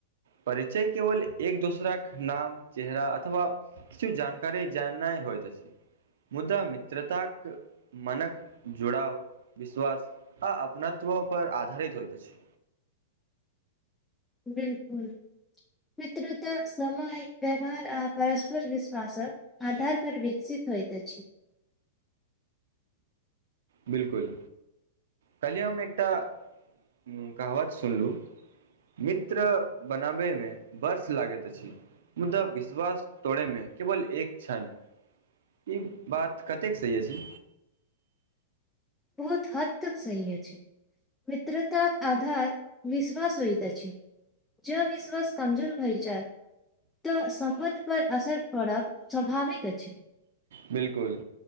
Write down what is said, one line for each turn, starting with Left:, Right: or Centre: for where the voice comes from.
Right: परिचय केवल एक दोसरा कऽ नाम चेहरा अथवा किछु जानकारी जन्नाई होइत अछी मुदा मित्रताक मनक जोड़ाव विश्वास आ अपनात्व पर आधारित होइत अछि
Centre: बिलकुल पितृत्व समय व्यवहार आ परस्पर विश्वास ह आधार पर विकसित होइत अछि
Right: बिल्कुल काल्हि हम एकटा हूँ कहावत सुनलूँ मित्र बनाबै में वर्ष लागैत अछि मुदा विश्वास तोड़े मे केवल एक छन ई बात कतेक सही अछि
Centre: बहुत हद तक सही अछि मित्रताक आधार विश्वास होईत अछि ज विश्वास कमजोर भइ जाय तऽ सम्बन्ध पर असर पड़ब स्वाभाविक अछि
Right: बिलकुल